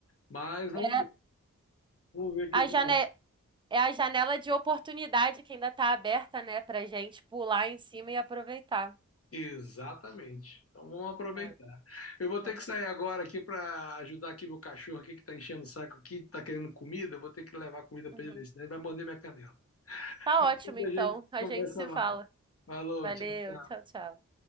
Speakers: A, on the left; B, on the right.
A: Mas vamos
B: É
A: ver, vamos ver o que
B: A
A: que
B: jane...
A: dá.
B: É a janela de oportunidade que ainda tá aberta, né, pra gente pular em cima e aproveitar.
A: Exatamente. Então vamos aproveitar.
B: É,
A: Eu vou
B: vamos.
A: ter que sair agora aqui para ajudar aqui meu cachorro aqui que está enchendo o saco aqui, está querendo comida. Eu vou ter que levar comida para
B: Uhum.
A: ele, senão ele vai morder minha canela.
B: Tá
A: Depois
B: ótimo, então.
A: A gente
B: A
A: conversa
B: gente se
A: mais.
B: fala.
A: Falou,
B: Valeu,
A: tchau, tchau.
B: tchau, tchau.